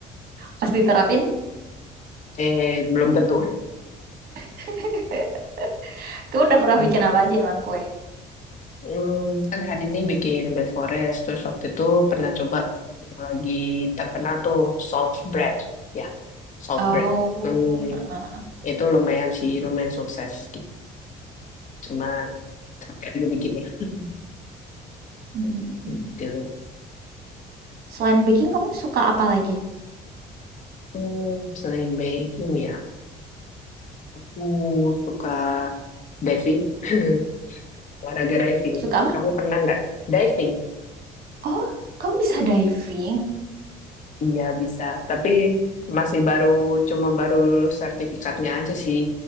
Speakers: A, on the right; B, on the left.
A: Pas diterapin,
B: Eh belum tentu.
A: <laughs> kamu udah pernah
B: Hmm.
A: bikin apa aja emang kue?
B: Hmm, kan hari ini bikin bread forest, terus waktu itu pernah coba yang lagi terkenal tuh salt bread, ya salt
A: Oh,
B: bread. Hmm,
A: heeh.
B: itu lumayan sih, lumayan sukses. gitu. Cuma capek aja bikinnya. <laughs>
A: Mm, mm, mm,
B: Gitu.
A: mm. Selain baking, kamu suka apa lagi?
B: Hmm, selain baking ya, aku suka diving, <laughs> olahraga diving.
A: Suka apa?
B: Kamu pernah nggak diving?
A: Oh, kamu bisa diving.
B: Iya bisa, tapi masih baru, cuma baru lulus sertifikatnya aja sih.